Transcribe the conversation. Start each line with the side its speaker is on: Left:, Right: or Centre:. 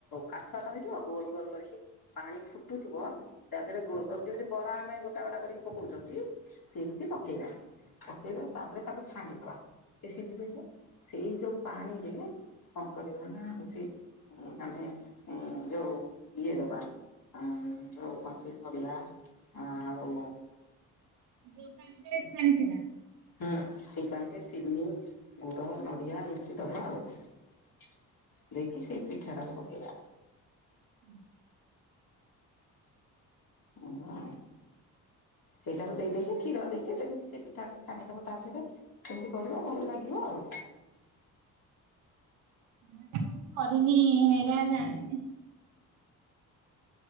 Left: କାଠୁଆ ତ ହେଇଥିବ ଗୋଲ କରିକି ପାଣି ଫୁ ଫୁଟୁଥିବ ତାପରେ ଗୋଲ ଗୋଲ୍ କରି, ଯେମିତି ବରା ଆମେ ଗୋଟା ଗୋଟା କରିକି ପକଉଛନ୍ତି ସେମିତି ପକେଇବା, ପକେଇଲେ ତାପରେ ତାକୁ ଛାଣିଦବା। ସେ ସିଝି ଯାଇଥିବ। ସେଇ ଯୋଉ ପାଣିରେ ନା କଣ କରିବା ନା ହଉଛି ହଁ ମାନେ ଯୋଉ ଇଏ ଦବା ଆ ଯୋଉ ପାତି ନଡିଆ ଆଉ
Right: ଯୋଉ ପାଣି ଟାରେ ଛାଣି ଥିବା
Left: ହଁ ସେଇ ପାଣିରେ ଚିନି ଗୁଡ ନଡିଆ ଏମିତି ଦବା ଆଉ, ଦେଇକି ସେଇ ପିଠା ଟାକୁ ପକେଇବା।
Right: ଉଁ।
Left: ହ ସେଇଟାକୁ ଦେଇଦେଇକି କ୍ଷୀର ଦେଇକି, ସେମିତି ସେ ପିଠାକୁୁ ଛାଣିଦବ ତା ଧେରେ। ସେମତି କରିବ, ଭଲ ଲାଗିବ ଆଉ।
Right: ନା କେବେ ମୁଁ କରିନି ହେରା ଜାଣିନି।